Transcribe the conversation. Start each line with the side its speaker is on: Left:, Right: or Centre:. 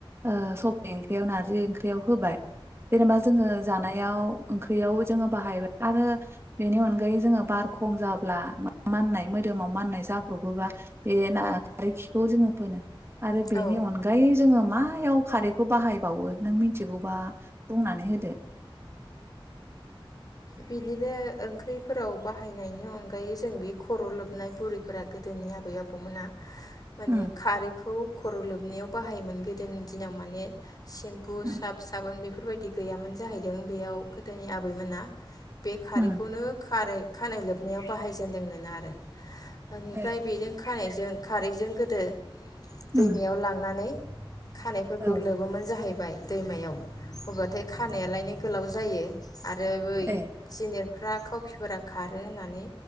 Right: ओ सबाय ओंख्रियाव नारजि ओंख्रियाव होबाय जेनोबा जोङो जानायाव ओंख्रियाव जोङो बाहायबाय आरो बेनि अनगायै जोङो बारखं जाब्ला माननाय मोदोमाव माननाय जाब्रबोबा बे ना
Left: उम
Right: खारै खौ जोङो फोनो आरो बेनि
Left: औ
Right: अनगायै जोङो मायाव खारैखौ बाहायबावो नों मिथिगौबा बुंनानै होदो।
Left: बिदिनो ओंख्रिफोराव बाहायनायनि अनगायै जों बे खर' लोबनाय बुरैफोरा गोदोनि आबै आबौमोना माने
Right: उम
Left: खारैखौ खर' लोबनायाव बाहायोमोन गोदोनि दिनाव माने सेम्पु
Right: उम
Left: साफ साबोन बेफोर बेफोरबायदि गैयामोन जाहैदों बेयाव गोदोनि आबैमोना बे खारैखौनो
Right: उम
Left: खारै खानाय लोबनायाव बाहायजेनदोंनोना आरो। बेनिफ्राय
Right: ए
Left: बेजों खानायजों खारैजों गोदो
Right: उम
Left: दैमायाव लांनानै खानायफोरखौ
Right: औ
Left: लोबोमोन जाहैबाय दैमायाव अब्लाथाय खानायालायनो गोलाव जायो आरो
Right: ए
Left: सिनियार फ्रा खावखिफोरा खारो होननानै